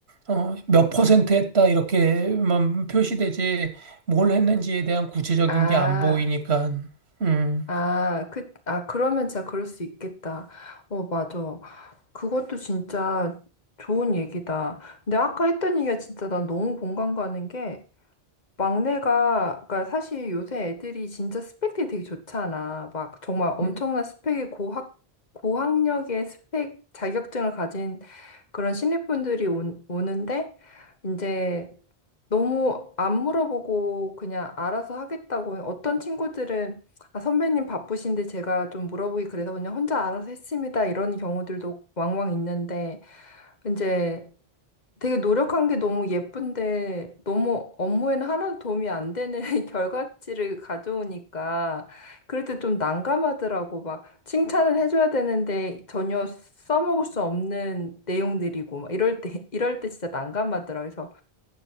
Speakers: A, on the right (about 80°); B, on the left (about 45°).
A: 어, 몇 퍼센트 했다, 이렇게만 표시되지, 뭘 했는지에 대한 구체적인
B: 아,
A: 게 안 보이니까, 음,
B: 아, 그, 아, 그러면 진짜 그럴 수 있겠다. 어, 맞아. 그것도 진짜 좋은 얘기다. 근데 아까 했던 얘기가 진짜 난 너무 공감 가는 게, 막내가, 그러니까 사실 요새 애들이 진짜 스펙들이 되게 좋잖아. 막 정말 엄청난
A: 음,
B: 스펙의 고학, 고학력의 스펙 자격증을 가진 그런 신입분들이 온- 오는데, 이제 너무 안 물어보고 그냥 알아서 하겠다고. 어떤 친구들은, 아, 선배님 바쁘신데 제가 좀 물어보기 그래서 그냥 혼자 알아서 했습니다. 이런 경우들도 왕왕 있는데, 이제 되게 노력한 게 너무 예쁜데 너무 업무에는 하나도 도움이 안 되는 <laughs> 결과치를 가져오니까 그럴 때 좀 난감하더라고. 막 칭찬을 해줘야 되는데 전혀 써먹을 수 없는 내용들이고 막 이럴 때 <laughs> 이럴 때 진짜 난감하더라. 그래서